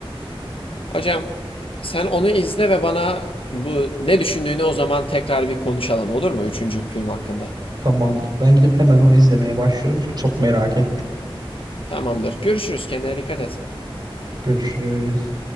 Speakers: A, on the left; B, on the right.
A: Hocam sen onu izle ve bana bu ne düşündüğünü o zaman tekrar bir konuşalım olur mu? Üçüncü film hakkında.
B: Tamamdır. Ben gidip hemen onu izlemeye başlıyorum çünkü çok merak ettim.
A: Tamamdır. Görüşürüz. Kendine dikkat et.
B: Görüşürüz.